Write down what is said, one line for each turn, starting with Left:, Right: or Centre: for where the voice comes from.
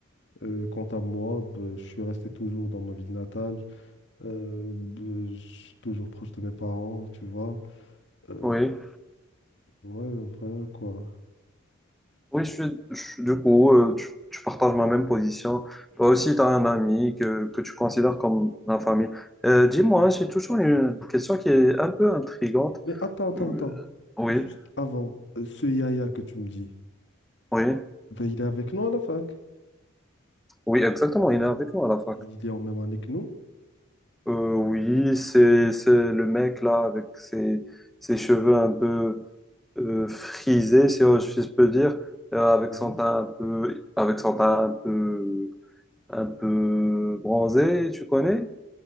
Left: Euh, quant à moi, ben, je suis resté toujours dans ma ville natale, euh, ben, je suis toujours proche de mes parents, tu vois. Euh,
Centre: Oui,
Left: ouais, voilà quoi.
Centre: oui, je suis, je- suis- du coup, euh, tu, tu partages ma même position. Toi aussi, tu as un ami que, que tu considères comme la famille. Euh, dis-moi,
Left: Ouais.
Centre: j'ai toujours une question qui est un peu intrigante.
Left: Mais attends, attends,
Centre: Euh,
Left: attends.
Centre: oui,
Left: Juste avant, euh, ce Yaya que tu me dis,
Centre: oui,
Left: ben, il est avec nous à la fac.
Centre: oui, exactement, il est avec nous à la fac.
Left: Il est en même année que nous.
Centre: Euh, oui, c'est, c'est le mec là avec ses, ses cheveux un peu euh, frisés, si je si je peux dire, euh, avec
Left: Ouais.
Centre: son teint un peu, avec son teint un peu, un peu bronzé, tu connais?